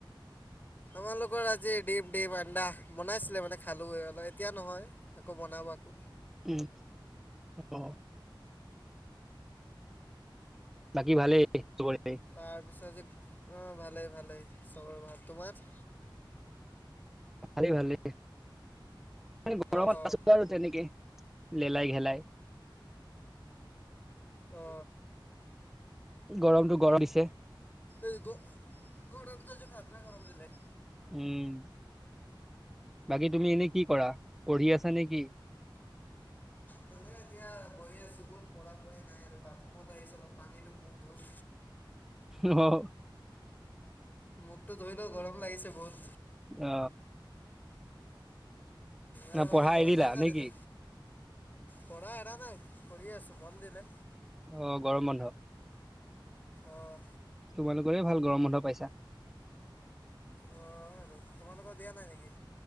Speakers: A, on the left; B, in the centre.
A: আমালোকৰ আজি ডিম, ডিম আন্দা। বনাইছিলে মানে খালো। অল এতিয়া নহয় আকৌ বনাব আকৌ।
B: উম অ। বাকী ভালেই? চবৰে
A: তাৰ পিছত আজি, অ ভালেই-ভালেই। চবৰে ভাল। তোমাৰ?
B: ভালেই-ভালেই। গৰমত
A: অঁ অঁ
B: আছো আৰু তেনেকে। লেলাই ঘেলাই।
A: অ।
B: গৰমতটো গৰম দিছে।
A: এই গ গৰম তজ খাতৰা গৰম দিলে।
B: উম বাকী তুমি এনে কি কৰা? পঢ়ি আছা নে কি? <inaudible>
A: মানে এতিয়া বহি আছো। ক'ত পঢ়া পঢ়ি নাই আৰু বাথৰুমত আহিছোঁ অলপ পানীটো মুখ ধুম।
B: অ অ।
A: মুখটো ধুই লও, গৰম লাগিছে বহুত।
B: অ।
A: আৰু
B: ন পঢ়া
A: বাকী গৰম
B: এৰিলা
A: কেনেকুৱা
B: নে
A: দিলে
B: কি?
A: পঢ়া এৰা নাই। পৰিয়ে আছো, বন দিলে।
B: অ, গৰম বন্ধ।
A: অঁ
B: তোমালোকৰে ভাল গৰম বন্ধ পাইছা।
A: অঁ তোমালোকৰ দিয়া নাই নেকি?